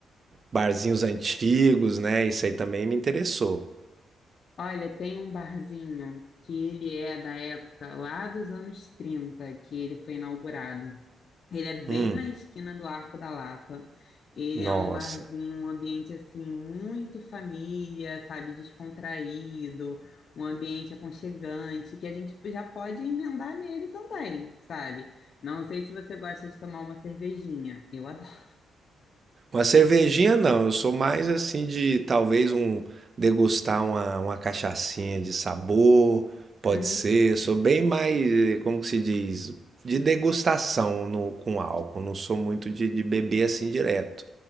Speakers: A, on the right; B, on the left.
A: Barzinhos antigos, né? Isso aí também me interessou.
B: olha, tem um barzinho que ele é da época lá dos anos 30 que ele foi inaugurado. Ele é bem
A: Hum,
B: na esquina do Arco da Lapa. Ele
A: nossa.
B: é um barzinho, um ambiente assim muito família, sabe, descontraído, um ambiente aconchegante que a gente já pode emendar nele também, sabe? Não sei se você gosta de tomar uma cervejinha. Eu adoro.
A: Uma cervejinha não, eu sou mais assim de talvez um degustar uma, uma cachaçinha de sabor, pode
B: Hum,
A: ser, sou bem mais, eh, como que se diz, de degustação no, com álcool, não sou muito de, de beber assim direto,